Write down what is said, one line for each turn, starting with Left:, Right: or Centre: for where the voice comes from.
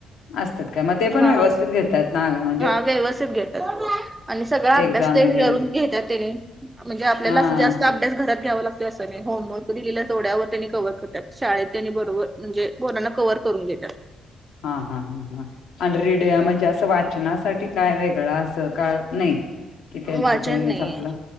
Left: असतात का मग ते पण
Right: हा
Left: व्यवस्थित घेतात. ना म्हणजे
Right: हा व्यवस्थित घेतात आणि सगळा अभ्यास
Left: एक्झाम
Right: ते
Left: वगैरे
Right: करून घेतात त्यानी म्हणजे आपल्याला
Left: हा
Right: असं जास्त
Left: हा
Right: अभ्यास घरात घ्यावं लागतं असं नाही होमवर्क दिलेल्या जोड्यावर त्यांनी कवर करतात शाळेत त्यांनी बरोबर म्हणजे पोरांना कव्ह करून घेत्यात
Left: हा हा हा हा आणि रिडया म्हणजे असं वा शिक्षणासाठी काय वेगळं असं का नाही कि त्यांचं
Right: वाचन
Left: त्यांनीच
Right: नाहीये
Left: आपलं